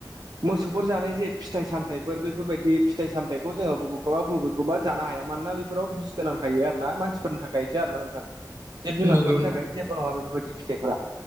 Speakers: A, on the right; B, on the right.
A: मोसौफोर जानाय जे फिथाइ सामथायाइफोर बेफोरबायदि फिथाइ सामथायाइखौ जोङो बुबुखौबा बुबुब बबेबा जानो हाया मानोना बैफोराव बिस गोनां थायो आरो ना मानसिफोरनि थाखायसो आरो ना नोंथां जिब
B: नंगौ
A: जुनारफोरनि
B: नंगौ नोंथां
A: थाखाय जेबो नङा बेफोरबायदि फिथाइफोरा